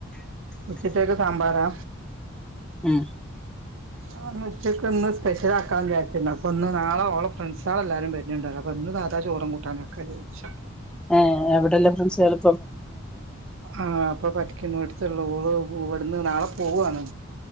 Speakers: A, on the right (about 65°); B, in the centre.
A: ഉച്ചത്തേക്ക് സാമ്പാറാ
B: ഉം
A: ആ ന്ന് ഉച്ചക്ക് ഇന്ന് സ്പെഷ്യൽ ആക്കാന്ന് വിചാരിച്ച്ണ്ട് അപ്പൊന്ന് നാളെ ഓളെ ഫ്രണ്ട് സോളൊക്കെഎല്ലാരും വരുന്നിണ്ടല്ലോ അപ്പൊ ഇന്ന് സാദാ ചോറും കൂട്ടാനൊക്കെ വിച്ചു
B: ങ് അ എവിടെള്ള ഫ്രണ്ട്സോള്
A: ആഹ് ഇപ്പോ പഠിക്കണോട് ത്ത്ളളൂ ഉവ്വ് ഇവിടുന്ന് നാളെ പോവാണ്